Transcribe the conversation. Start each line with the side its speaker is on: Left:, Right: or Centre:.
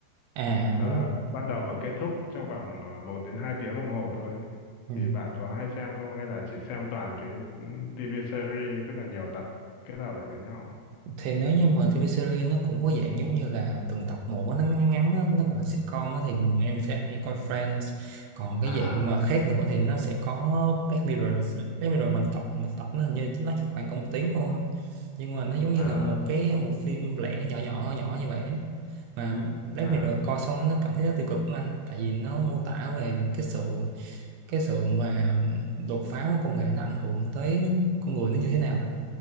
Right: à
Left: ờ,
Right: đúng
Left: bắt đầu và kết thúc trong vòng ờ, một đến hai tiếng đồng hồ thôi. ấy.
Right: ừ.
Left: Thì bạn có hay xem không hay là chỉ xem toàn cái ừ, TV series tức là nhiều tập kết hợp lại với nhau?
Right: thì nếu như mà TV series nó cũng có dạng giống như là từng tập một á, nó ngắn ngắn á, nó gọi là sitcom á, thì em sẽ hay coi Friends còn cái
Left: À,
Right: dạng mà khác nữa thì nó sẽ có Black Mirror Black Mirror mình tập một tập nó hình như nó chỉ khoảng có một tiếng thôi nhưng mà nó giống như
Left: à,
Right: là một cái bộ phim lẻ nhỏ nhỏ nhỏ như vậy á. mà Black
Left: à,
Right: Mirror coi xong nó cảm thấy nó tiêu cực lắm anh tại vì nó mô tả về cái sự cái sự mà đột phá của công nghệ nó ảnh hưởng tới con người nó như thế nào đó